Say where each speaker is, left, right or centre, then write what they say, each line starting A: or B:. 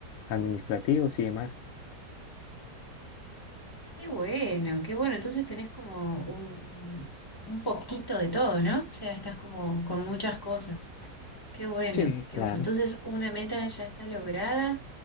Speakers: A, on the left; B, on the left.
A: administrativos y demás.
B: Qué bueno, qué bueno. Entonces tenés como un, un un poquito de todo, ¿no? O sea, estás como con muchas cosas. Qué bueno,
A: Sí,
B: qué
A: Claro.
B: bueno. Entonces, una meta ya está lograda